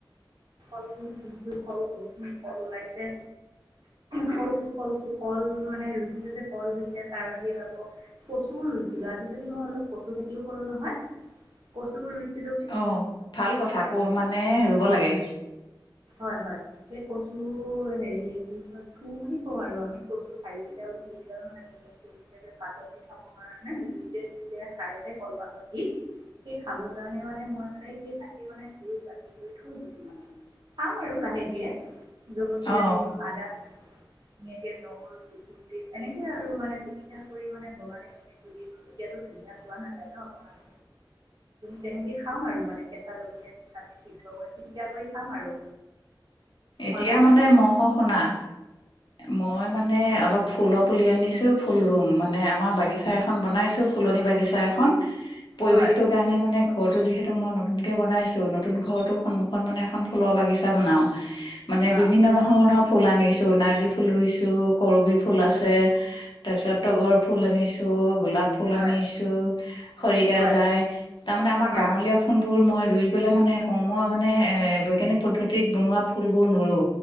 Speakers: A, on the right (about 60°); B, on the left (about 70°).
A: ফলখ নিজুৰ ফল বহুতখিনি কল ওলাইছে কল কি কল কি কল মানে ৰুইছিলো যে কল হৈছে তাৰাহি পাব কচুৰ ম অ ক খ কৰো নহ <unintelligible>
B: অ ভাল কথা ক মানে ৰুব লাগে
A: হয় - হয় এই কচু হেৰি কি কয় থু বুলি কও আৰু আমি কচু ঠাৰি কেইটাল থ মানে উলিয়াই উলিয়াই পাতত দি খাব কাৰণে গই যে খাইাই কলপাতত দি সেই খাব কাৰণে মানে মই মানে সেই তাকে মানে বা কৰি থ পাম আৰু লাহে ধীয়ে জলকীয়া
B: অ
A: দিম আদা ধুনুয়াকে নহৰুু এনেকে আৰু মানে পিটিকা কৰি মানে বগালে ম ধুনীয়া পোৱা নাযায় ন বঙালী তেনেকে খাম আৰু মানে কেঁচা জলকীয়াাসিদ্ধ কৰি চিকা কৰি কাম আৰু
B: এতিয়া
A: হয় কওকচোন
B: মানে মই কওঁ শুনা মই
A: হয়
B: মানে অলপ ফুলপ পুলি আনিছো ফুল ৰুম মানে আমাৰ বাগিছা এখন বনাইছো ফুলনি বাগিছা এখন পৰিৱেশটোৰ
A: হয়
B: কাৰণে মানে ঘৰটো যিহেতু মই নতুনকে বনাইছোঁ নতুন ঘৰটোৰ সন্মুখত মানে এখন ফুলৰ বাগিছা বনাওঁ মানে
A: অঁ
B: বিভিন্ন ধৰণৰ ফুল আনিছো নাৰ্জী ফুল ৰুইছো কৰবি ফুল আছে। তাৰ পিছত তগৰ ফুল আনিছো গোলাপ। ফুল
A: হয়
B: আনিছো খৰিকা
A: হয়
B: যাই তাৰ মানে আমাৰ
A: হয়
B: গাঁৱলীয়া ফুল বোৰ মই ৰুই পেলাই মানে কৰ্ম মানে এ বৈজ্ঞানিক পদ্ধতিত বনোৱা ফুলবোৰ নৰো